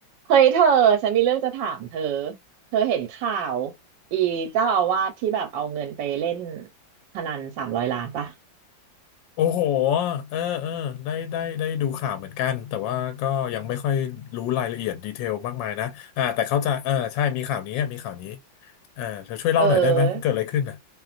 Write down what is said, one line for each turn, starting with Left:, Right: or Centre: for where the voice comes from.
Right: เฮ้ยเธอฉันมีเรื่องจะถามเธอเธอเห็นข่าวอีเจ้าอาวาสที่แบบเอาเงินไปเล่นพนันสามร้อยล้านปะ
Left: โอ้โหเออเออได้ได้ได้ดูข่าวเหมือนกัน แต่ว่าก็ยังไม่ค่อยรู้รายละเอียดดีเทลมากมายนะอ่าแต่เข้าใจเออใช่มีข่าวนี้มีข่าวนี้อ่าเธอช่วยเล่าหน่อยได้ไหม
Right: เออ
Left: เกิดอะไรขึ้นน่ะ